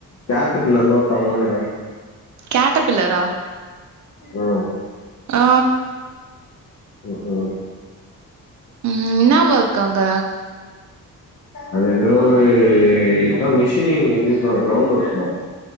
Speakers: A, on the left; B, on the right.
A: கேட்டு பில்லர்னு ஒருத்த போனோன்டா
B: கேட்ட பில்லரா
A: ஆ
B: ஆ
A: உம்
B: ம் என்னா வொர்க் அங்க
A: அது ஏதோ ஒரு இதா மிஷினிங் இதுதா கிரௌண்ட் ஒர்க் தா